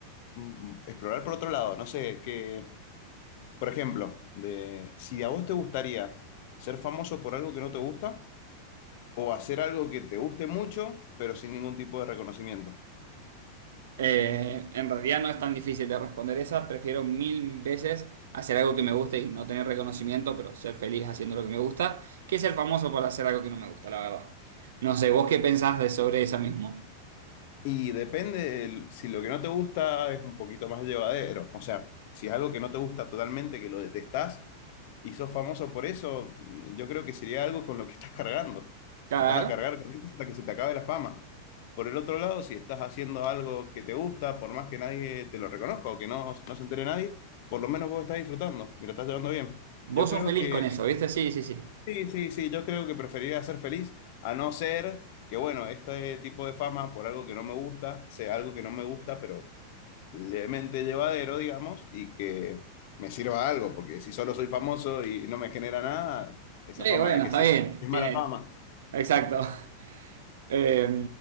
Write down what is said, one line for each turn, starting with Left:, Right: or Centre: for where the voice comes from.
Left: mm, explorar por otro lado. No sé, que, por ejemplo, de, si a vos te gustaría ser famoso por algo que no te gusta o hacer algo que te guste mucho, pero sin ningún tipo de reconocimiento.
Right: Eh, en realidad no es tan difícil de responder esa. Prefiero mil veces hacer algo que me guste y no tener reconocimiento, pero ser feliz haciendo lo que me gusta, que ser famoso por hacer algo que no me gusta, la verdad. No sé, ¿vos qué pensás de sobre esa mismo?
Left: Y depende, el- si lo que no te gusta es un poquito más llevadero, o sea, si es algo que no te gusta totalmente, que lo detestás y sos famoso por eso, yo creo que sería algo con lo que estás cargando.
Right: Claro.
Left: Vas a cargar con eso hasta que se te acabe la fama. Por el otro lado, si estás haciendo algo que te gusta, por más que nadie te lo reconozca o que no, no se entere nadie, por lo menos vos estás disfrutando y lo estás llevando bien.
Right: Vos
Left: Yo
Right: sos
Left: creo
Right: feliz
Left: que
Right: con eso, ¿viste? Sí, sí, sí.
Left: Sí, sí, sí, yo creo que preferiría ser feliz, a no ser que, bueno, este tipo de fama por algo que no me gusta, sea algo que no me gusta, pero levemente llevadero, digamos, y que me sirva algo, porque si solo soy famoso y no me genera nada, esa
Right: Eh,
Left: fama
Right: bueno,
Left: de qué
Right: está
Left: sirve.
Right: bien.
Left: Es mala
Right: Tiene...
Left: fama.
Right: Exacto. <laughs> Eh,